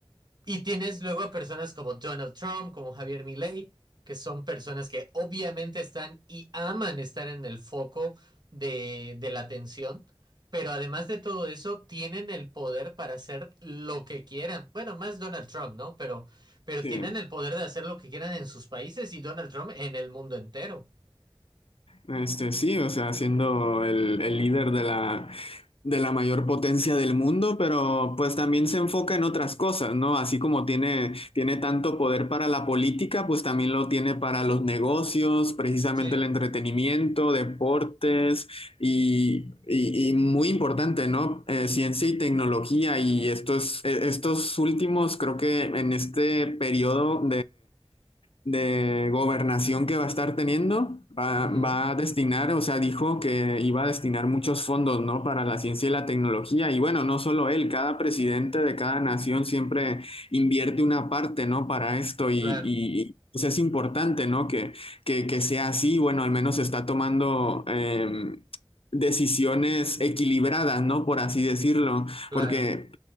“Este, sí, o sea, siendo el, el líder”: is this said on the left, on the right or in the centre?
Left